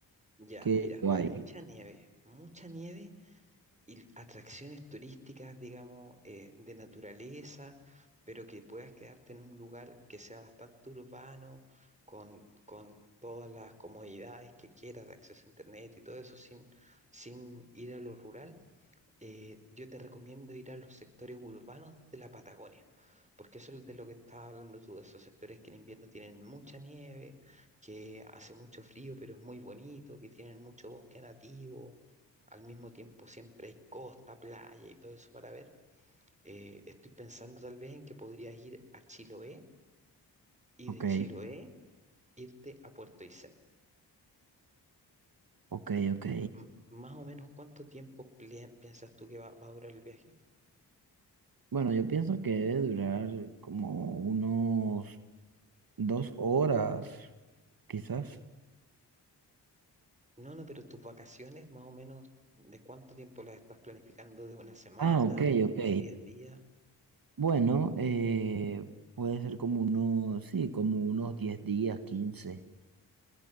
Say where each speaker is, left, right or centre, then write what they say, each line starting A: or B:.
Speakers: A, on the right; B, on the right.
A: Ya,
B: que
A: mira,
B: lo hay.
A: mucha nieve, mucha nieve y atracciones turísticas, digamos, eh, de naturaleza, pero que puedas quedarte en un lugar que sea bastante urbano, con, con todas las comodidades que quieras de acceso a internet y todo eso, sin, sin ir a lo rural eh, yo te recomiendo ir a los sectores urbanos de la Patagonia, porque eso es de lo que estás hablando tú, de esos sectores que en invierno tienen mucha nieve, que hace mucho frío, pero es muy bonito, que tienen mucho bosque nativo, al mismo tiempo siempre hay costa, playa y todo eso para ver. Eh, estoy pensando tal vez en que podrías ir a Chiloé y
B: Ok,
A: de Chiloé irte a Puerto Aysén.
B: ok, ok.
A: M- más o menos, ¿cuánto tiempo ple- piensas tú que va, va a durar el viaje?
B: Bueno, yo pienso que debe durar como unos dos horas, quizás.
A: No, no, pero tus vacaciones, más o menos, ¿de cuánto tiempo las estás planificando? ¿De una semana?
B: Ah, ok, ok.
A: ¿Diez días?
B: Bueno, eh, puede ser como unos, sí, como unos 10 días, quince